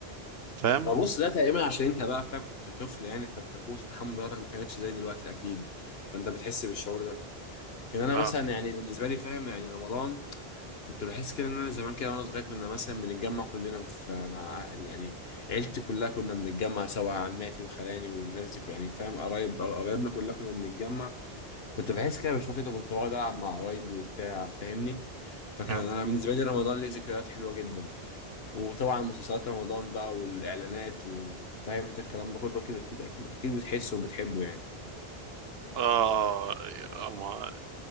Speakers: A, on the right; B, on the left.
A: فاهم
B: ما بص ده تقريبا عشان انت بقى فاهم كنت طفل يعني فانت قوه التحمل بتاعتك ما كانتش زي دلوقتي اكيد فانت بتحس بالشعور ده كان انا
A: اه
B: مثلا يعني بالنسبه لي فاهم يعني رمضان كنت بحس كده ان انا زمان كده وانا صغير كنا مثلا بنتجمع كلنا في مع يعني عيلتي كلها كنا بنتجمع سوا عماتي وخلاني والناس دي يعني فاهم قرايب قرايبنا كلها كنا بنتجمع كنت بحس كده بشويه كده كنت بقعد العب مع قرايبي وبتاع فاهمني فكان
A: اه
B: انا بالنسبه لي رمضان ليه ذكريات حلوه جدا وطبعا مسلسلات رمضان بقى والاعلانات وفاهم انت الكلام ده كله كده اكيد اكيد اكيد بتحسه وبتحبه يعني
A: اه آه،